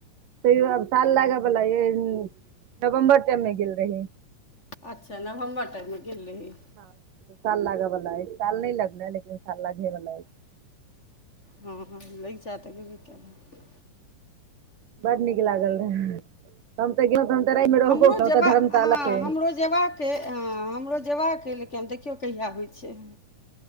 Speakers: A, on the right; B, on the left.
A: तैयो आब साल लागे बला ये नवम्बर तक मे गेल रही।
B: अच्छा नवम्बर टा में गेल रही
A: हँ साल लागऽ वला अछि साल नै लगलें लेकिन साल लागे वला अछि।
B: हँ लगिचा त गेबे कैले।
A: बड नीक लागल रहे, हम तऽ गेलहुँ तऽ हम ते राति में रहबो
B: हमरो
A: केलहुँ,
B: जेबा
A: ओतऽ धर्मशाला
B: हँ
A: छै।
B: हमरो जेबाक अछि, हँ हमरो जेबाक अछि लेकिन आब देखियौ कहिया होइ छै।